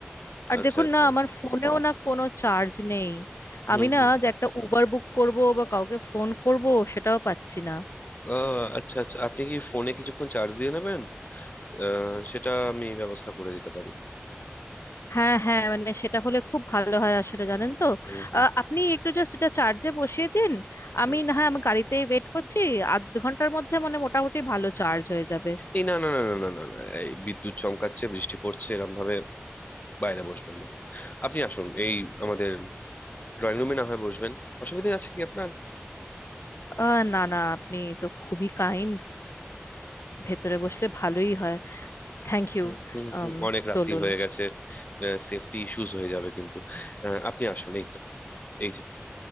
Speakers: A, on the left; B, on the left.
A: আর
B: আচ্ছা
A: দেখুন
B: আচ্ছা
A: না আমার ফোনেও না কোনো চার্জ নেই
B: হুম
A: আমি না
B: হুম
A: যে একটা উবার বুক করব বা কাউকে ফোন করব সেটাও পাচ্ছি না
B: আহ, আচ্ছা আচ্ছা আপনি কি ফোনে কিছুক্ষণ চার্জ দিয়ে নেবেন আহ, সেটা আমি ব্যবস্থা করে দিতে পারি
A: হ্যাঁ হ্যাঁ মানে সেটা হলে খুব ভালো হয় আসলে জানেন তো
B: হুম হুম
A: আহ, আপনি একটু জাস্ট এটা চার্জে বসিয়ে দিন আমি
B: হুম
A: না হয় আমি গাড়িতেই ওয়েট করছি
B: হুম।
A: আধ ঘন্টার মধ্যে মানে মোটামুটি ভালো চার্জ হয়ে যাবে
B: এই না না না না না না না, এই বিদ্যুৎ চমকাচ্ছে বৃষ্টি পড়ছে এরম ভাবে বাইরে বসবেন না আপনি আসুন এই আমাদের ড্রয়িং রুমে না হয় বসবেন অসুবিধা আছে কি আপনার
A: আহ, না না আপনি তো খুবই কাইন্ড ভেতরে বসলে ভালোই হয় Thank you
B: হুম হুম হুম অনেক রাত্তির
A: চলুন
B: হয়ে গেছে সেফটি ইস্যুস হয়ে যাবে কিন্তু আহ, আপনি আসুন এই তো এই যে